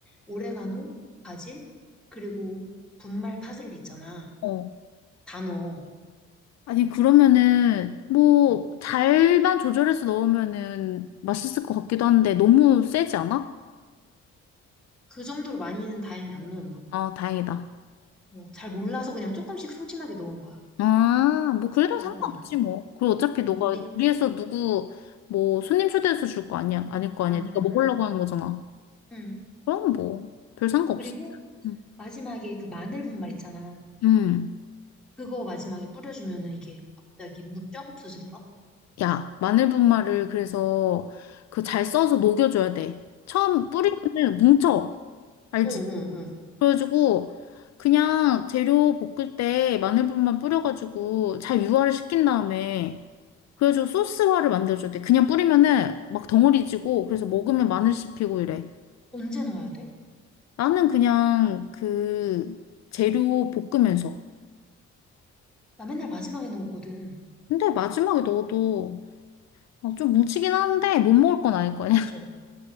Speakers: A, in the centre; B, on the left.
A: 오레가노, 바질, 그리고 분말 파슬리 있잖아.
B: 어.
A: 다 넣어.
B: 아니, 그러면은, 뭐, 잘만 조절해서 넣으면은 맛있을 것 같기도 한데, 너무 세지 않아?
A: 그 정도로 많이는 다행히 안 넣었나 봐.
B: 아, 다행이다.
A: 어, 잘 몰라서 그냥 조금씩 소심하게 넣은 거야.
B: 아, 뭐, 그래도
A: 어,
B: 상관없지,
A: 어.
B: 뭐. 그리고 어차피 너가
A: 응, 그리,
B: 요리해서 누구, 뭐, 손님 초대해서 줄 거 아니야, 아닐 거 아니야.
A: 응,
B: 네가
A: 응,
B: 먹으려고
A: 응.
B: 하는 거잖아.
A: 응,
B: 그럼 뭐, 별 상관없어.
A: 그리고
B: 응.
A: 마지막에 그 마늘 분말 있잖아.
B: 응.
A: 그거 마지막에 뿌려주면은 이게 갑자기 물이 쫙 없어지더라?
B: 야, 마늘분말을 그래서 그 잘 써서 녹여줘야 돼. 처음 뿌리면은 뭉쳐. 알지?
A: 응, 응, 응.
B: 그래가지고 그냥 재료 볶을 때 마늘분말 뿌려가지고 잘 유화를 시킨 다음에 그래가지고 소스화를 만들어줘야 돼. 그냥 뿌리면은 막 덩어리지고 그래서 먹으면 마늘 씹히고 이래.
A: 언제 넣어야 돼?
B: 나는 그냥 그 재료 볶으면서.
A: 나 맨날 마지막에 넣었거든.
B: 근데 마지막에 넣어도 어, 좀 뭉치긴 하는데 못 먹을 건 아닐 거야.
A: 맞아.